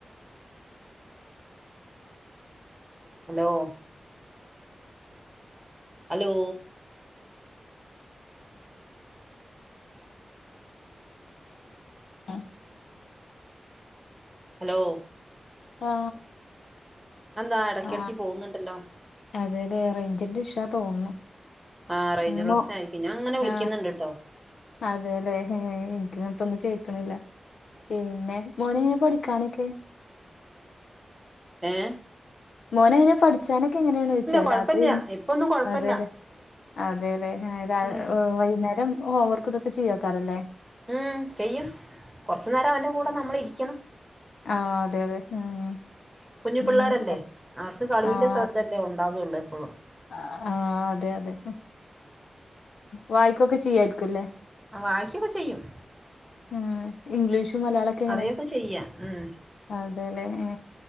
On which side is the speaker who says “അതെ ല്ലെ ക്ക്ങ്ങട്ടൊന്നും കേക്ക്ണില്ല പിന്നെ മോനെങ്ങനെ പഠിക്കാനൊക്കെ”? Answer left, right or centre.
Left